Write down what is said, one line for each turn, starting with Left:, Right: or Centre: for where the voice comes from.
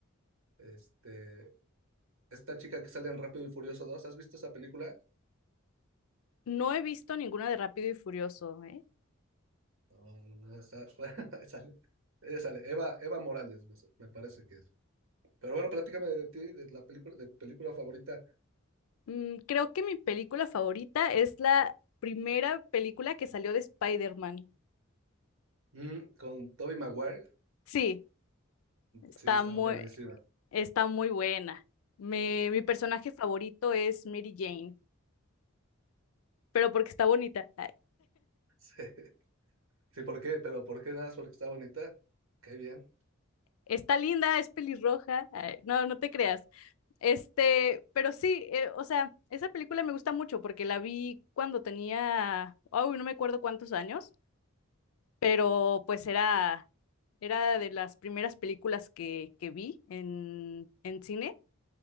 Right: este, esta chica que sale en Rápido y Furioso 2. ¿Has visto esa película?
Left: No he visto ninguna de Rápido y Furioso, ¿eh?
Right: No, no, no, esa- <laughs> sale. Ella sale, Eva, Eva Morales, me me parece que es. Pero bueno, platícame de ti, de la película, de tu película favorita.
Left: Mm, creo que mi película favorita es la primera película que salió de Spider-Man.
Right: Mm, con Tobey Maguire,
Left: Sí, está
Right: sí, está
Left: muy,
Right: buenísima. <laughs>
Left: Está muy buena. Me- mi personaje favorito es Mary Jane, pero porque está bonita. Ay,
Right: Sí. Sí, ¿por qué? Pero ¿por qué? Nada más porque está bonita. Cae bien.
Left: está linda, es pelirroja. Ay, no, no te creas. Este, pero sí, eh, o sea, esa película me gusta mucho porque la vi cuando tenía, uy, no me acuerdo cuántos años, pero pues era, era de las primeras películas que, que vi en, en cine